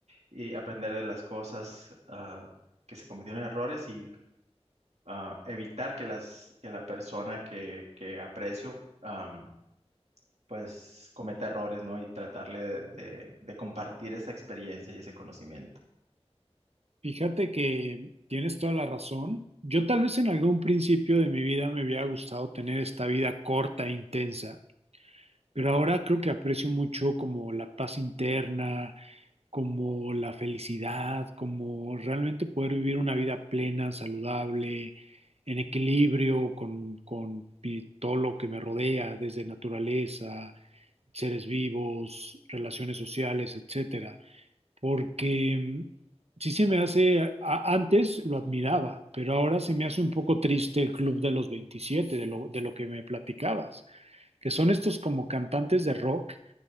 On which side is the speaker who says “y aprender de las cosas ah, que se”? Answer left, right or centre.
Right